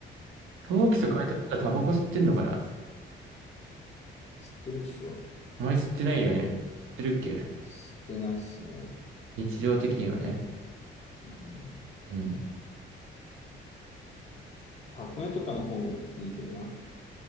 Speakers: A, on the right; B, on the left.
A: 陶器と書いてあることはタバコ吸ってんのかな
B: うわ知ってるっしょ。
A: お前吸ってないよね。吸ってるっけ
B: 知ってないっすね。
A: 日常的にはね。
B: うん。
A: うん。
B: 箱根とかの方もいいけどな。